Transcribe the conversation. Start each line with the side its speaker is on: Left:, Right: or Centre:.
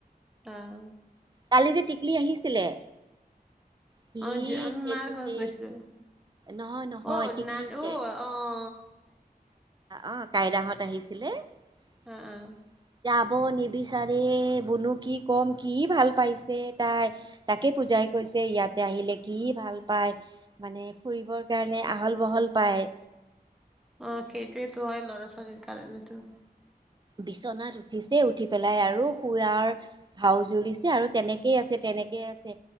Centre: অহ
Right: কালি যে টিকলি আহিছিলে সি
Centre: অ আমি
Right: খেলিছে।
Centre: মাৰ কাষত গৈছিলো
Right: নহয় নহয়
Centre: অ
Right: টিকলি
Centre: নান
Right: যে
Centre: আহ
Right: অ কাইদহত আহিছিলে য
Centre: অ অ
Right: হ'ব নিবিচাৰে বুনো কি ক'ম কি ভাল পাইছে তাই তাকে পূজাই কৈছে ইয়াত আহিলে কি ভাল পায় মানে ফুৰিবৰ কাৰণে আহল বহল পায়
Centre: অ সেইটোয়েতো হয় ল'ৰা ছোৱালীৰ কাৰণেতো
Right: বিচনাত উঠিছে উঠি পেলাই আৰু শুৱাৰ ভাও জুৰিছে আৰু তেনেকেই আছে তেওঁ তেনেকে আছে